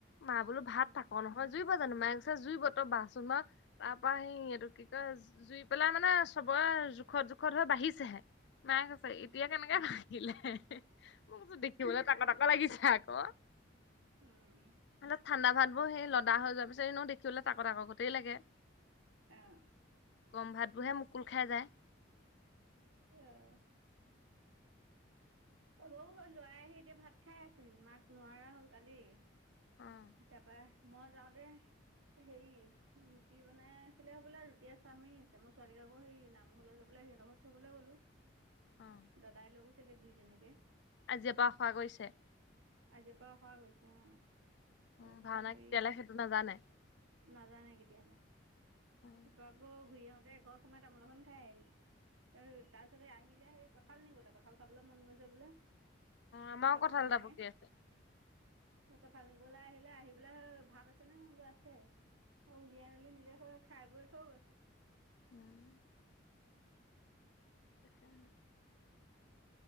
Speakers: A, on the left; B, on the right.
A: মা বোলো ভাত
B: উম
A: তাক নহ জুইব জানো মায়ে কৈছে জুইব তই বাহচোন বাৰু। তাৰ পাৰ হেই এইটো কি কয় জুই পেলাই মানে চবৰে জোখত জোখত হৈ বাঢ়িছেহে। মায়ে কৈছে এতিয়া
B: উম
A: কেনেকে ভা লে, মই কৈছোঁ দেখিবলে তাক তাক লাগিছে আকৌ।
B: উম
A: এনেও ঠাণ্ডা ভাতবোৰ হেই লদা হৈ যোৱাৰ পিছত এনেও দেখিবলৈ তাক তাক গতেই লাগে।
B: অ'।
A: গৰম ভাতবোৰহে মুকুল খাই যায়।
B: অ'। অলৌ হেই লৰাই আহি এতিয়া ভাত খাই আছেহি, মাক নোৱাৰা হল কালি।
A: উম।
B: তাপা মই যাওঁতে হেৰি ৰুটি বনাই আছিলে হ'বলা, ৰুটিয়ে চাহমাৰি আছে, মই ছোৱালীক আকৌ সেই নামঘৰলে যাবলে, সিহতৰ ঘৰত থবলে গ'লো।
A: অ'
B: দাদাই লৈ গৈছেগে দুইজনীকে।
A: আজিৰে পৰা অসৰা কৰিছে।
B: আজিৰে পৰা অসৰা কৰিছে, অ'
A: উম,
B: তাৰপিছত
A: ভাওনা
B: হেৰি
A: কেতিয়ালে সেইটো নেজানে?
B: নাজানে কেতিয়ালে,
A: অ',
B: তাপা আকৌ ঘূৰি আহোতে ঘৰত সোমাই তামোল এখন খাই আহিছো। এ তাৰ পিছতে আহিলে সেই কঁঠাল নিবলে কঁঠাল খাবলৈ মন গৈছে বোলে।
A: আমাৰো
B: কঠাল
A: কঁঠাল
B: খোৱা
A: এটা
B: নাই,
A: পকি আছে।
B: এই কঠাল নি বলে আহিলে, আহি পেলাই ভাত আছেনে মই বোলো আছে। অ', উলিয়াই মেলি নিজে সেয়া খাই বৈ থৈ গৈছে।
A: উম। তাকেহে।